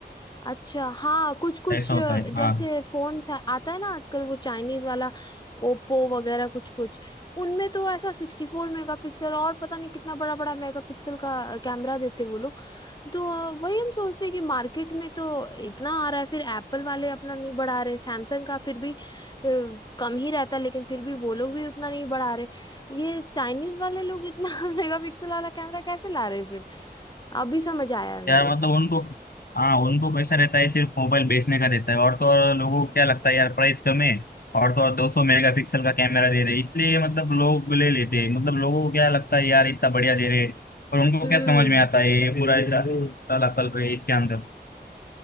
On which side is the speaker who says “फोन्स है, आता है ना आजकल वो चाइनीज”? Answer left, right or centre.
Left